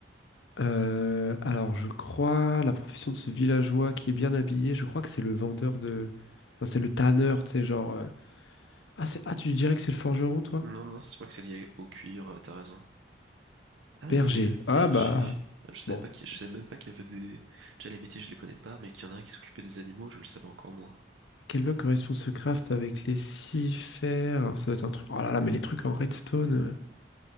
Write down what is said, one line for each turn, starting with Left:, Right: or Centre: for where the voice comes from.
Left: Euh, alors, je crois la profession de ce villageois qui est bien habillé, je crois que c'est le vendeur de... Enfin, c'est le tanneur, tu sais, genre... euh, Ah, c'est... ah, tu dirais que c'est le forgeron, toi?
Right: Non, non, c'est vrai que c'est lié au cuir, euh, t'as raison. Ah,
Left: Berger.
Right: il est ber-
Left: Ah,
Right: berger.
Left: bah...
Right: Ah, Je savais
Left: Bon.
Right: pas qu'il,
Left: c'est-
Right: je savais même pas qu'il y avait des, déjà les métiers, je les connais pas, mais qu'il y en a un qui s'occupait des animaux, je le savais encore moins.
Left: À quel lot correspond ce craft avec les six fers? Ça doit être un truc... Oh là là, mais les trucs en redstone... euh,